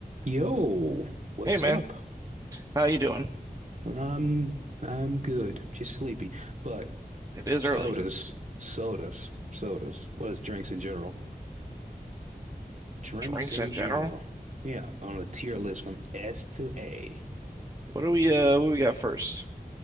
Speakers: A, on the right; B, on the right.
A: Yo, what's
B: Hey man,
A: up?
B: how you doing?
A: I'm I'm good, just sleepy. But
B: It is early.
A: sodas, sodas, sodas. What is drinks in general? Drinks
B: Drinks
A: in
B: in
A: general.
B: general.
A: Yeah, on a tier list from S to A.
B: What do we uh what do we got first?